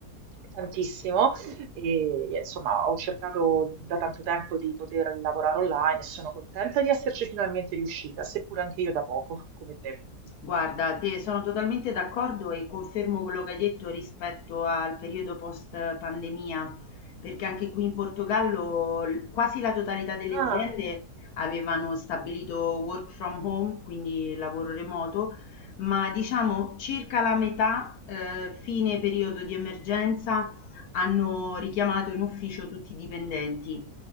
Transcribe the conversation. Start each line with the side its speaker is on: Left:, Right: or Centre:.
Right: tantissimo e insomma, ho cercato da tanto tempo di poter lavorare online e sono contenta di esserci finalmente riuscita, seppur anche io da poco, come te.
Left: Guarda, te sono totalmente d'accordo e confermo quello che hai detto rispetto al periodo post pandemia, perché anche qui in Portogallo l- quasi la totalità delle
Right: Ah,
Left: aziende avevano stabilito work from home, quindi lavoro remoto, ma diciamo circa la metà, eh, fine periodo di emergenza, hanno richiamato in ufficio tutti i dipendenti.